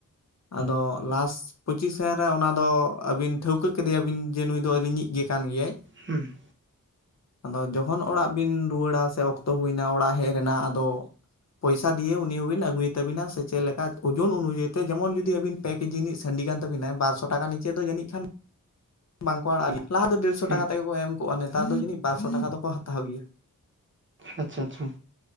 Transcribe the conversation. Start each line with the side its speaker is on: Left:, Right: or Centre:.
Left: ᱟᱫᱚ ᱞᱟᱥ ᱯᱚᱸᱪᱤᱥᱮᱱ ᱨᱮ ᱚᱱᱟ ᱫᱚ ᱟᱹᱵᱤᱱ ᱴᱷᱟᱹᱣᱠᱟᱹ ᱠᱮᱫᱮᱭᱟᱵᱤᱱ ᱡᱮ ᱱᱩᱭ ᱫᱚ ᱟᱹᱞᱤᱧᱤᱡ ᱜᱮ ᱠᱟᱱ ᱜᱮᱭᱟᱭ᱾
Right: ᱦᱩᱸ ᱾
Left: ᱟᱫᱚ ᱡᱚᱠᱷᱚᱱ ᱚᱲᱟᱜ ᱵᱤᱱ ᱨᱩᱣᱟᱹᱲᱟ, ᱥᱮ ᱚᱠᱛᱚ ᱦᱩᱭᱱᱟ ᱚᱲᱟᱜ ᱦᱮᱡ ᱨᱮᱱᱟᱜ᱾ ᱟᱫᱚ ᱯᱚᱭᱥᱟ ᱫᱤᱭᱮ ᱩᱱᱤ ᱦᱚᱵᱤᱱ ᱟᱜᱩᱭ ᱛᱟᱹᱵᱤᱱᱟ, ᱥᱮ ᱪᱮᱜ ᱞᱮᱠᱟ ᱳᱡᱳᱱ ᱚᱱᱩᱡᱟᱹᱭ ᱛᱮᱵᱤᱱᱟ ᱥᱮ ᱪᱮᱫ ᱞᱮᱠᱟ ᱚᱡᱚᱱ ᱡᱮᱢᱚᱱ ᱡᱩᱫᱤ ᱟᱹᱵᱤᱱ ᱯᱮ ᱠᱤᱡᱤ ᱱᱤᱡ ᱥᱟᱺᱰᱤᱠᱟᱱ ᱛᱟᱹᱵᱤᱱᱟ, ᱵᱟᱨᱥᱚ ᱴᱟᱠᱟ ᱱᱤᱪᱮ ᱫᱚ ᱡᱟᱹᱱᱤᱡ ᱠᱷᱟᱱ ᱵᱟᱝᱠᱚ ᱟᱲᱟᱜ ᱜᱮᱭᱟ <unintelligible> ᱾ ᱞᱟᱦᱟ ᱫᱚ ᱰᱮᱲᱥᱚ
Right: ᱦᱩᱸ
Left: ᱴᱟᱠᱟ ᱛᱮᱜᱮ ᱠᱚ ᱮᱢ ᱠᱚᱜᱼᱟ᱾ ᱱᱮᱛᱟᱨ ᱫᱚ ᱡᱟᱹᱱᱤᱡ ᱵᱟᱨᱥᱚ ᱴᱟᱠᱟ ᱫᱚᱠᱚ ᱦᱟᱛᱟᱣ ᱜᱮᱭᱟ᱾
Right: ᱟᱪᱪᱷᱟ ᱟᱪᱪᱷᱟ ᱾